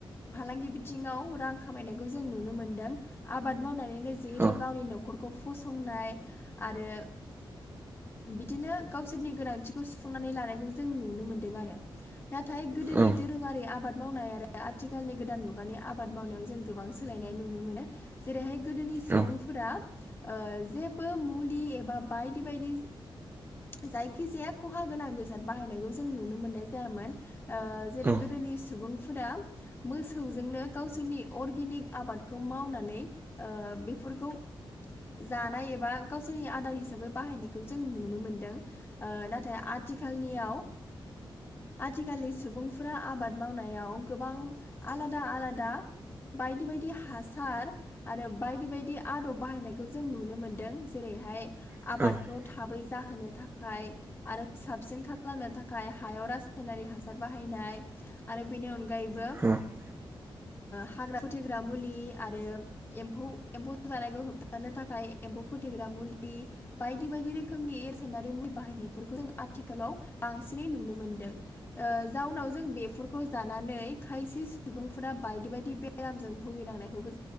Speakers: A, on the left; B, on the right.
A: फालांगि बिथिङाव रां खामायनायखौ जों नुनो मोनदों। आबाद मावनानैनो जिहेथु
B: औ
A: गावनि न'खरखौ फसंनाय आरो। बिदिनो गावसोरनि गोनांथिखौ सुफुंनानै लानायखौ जों नुनो मोनदों आरो। नाथाय गोदोनि
B: औ
A: दोरोङारि आबाद मावनाय आरो आथिखालनि गोदान मुगानि आबाद मावनायाव जों गोबां सोलायनाय नुनो मोनो जेरैहाय गोदोनि सुबुंफोरा
B: औ
A: ओ जेबो मुलि एबा बायदि बायदि जायखिजाया खहा गोनां बेसाद बाहायनायखौ जों नुनो मोननाय जायामोन। ओ जेरै
B: औ
A: गोदोनि सुबुंफोरा मोसौजोंनो गावसोरनि अर्गेनिक आबादखौ माव नानै ओ बेफोरखौ जानाय एबा गावसोरनि आदार हिसाबै बाहायनायखौ जों नुनो मोनदों। ओ नाथाय आथिखालनियाव आथिखालनि सुबुंफोरा आबाद मावनायाव गोबां आलादा आलादा बायदि बायदि हासा र आरो बायदि बायदि आदब बाहायनायखौ जों नुनो मोन्दों जेरैहाय
B: औ
A: आबादखौ थाबै जाहोनो थाखाय आरो साबसिन खालामनो थाखाय हायाव रासायनारि हासार बाहायनाय आरो बेनि अनगायैबो
B: <unintelligible>
A: हाग्रा फोथैग्रा मुलि आरो एम्फौ एम्फौ जानायखौ होबथानो थाखाय एम्फौ फोथैग्रा मुलि बायदि बायदि रोखोम रोखोमनि एसायनारि मुुलि बाहायनायफोरखौ जों आथिखालाव बांसिनै नुनो मोनदों ओ जाउनाव जों बेफोरखौ जानानै खायसे सुबुंफोरा बायदि बायदि बेरामजों भुगिनांनायखौबो